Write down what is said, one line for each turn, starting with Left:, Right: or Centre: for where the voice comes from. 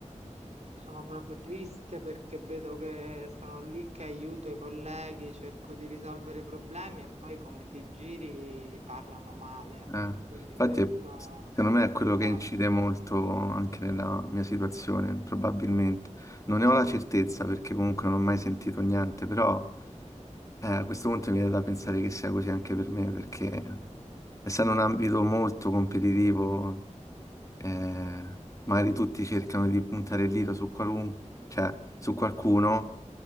Right: Mhmm, sono proprio triste perché vedo che sono lì che aiuto i colleghi, cerco di risolvere i problemi e poi come ti giri parlano male.
Left: Eh,
Right: Quindi
Left: infatti,
Right: questo
Left: è-
Right: è un
Left: secondo me è
Right: disastro.
Left: quello che incide molto anche nella mia situazione, probabilmente. Non ne ho la certezza perché comunque non ho mai sentito niente, però eh, a questo punto mi viene da pensare che sia così anche per me, perché essendo un ambito molto competitivo, eh, magari tutti cercano di puntare il dito su qualun- cioè, su qualcuno,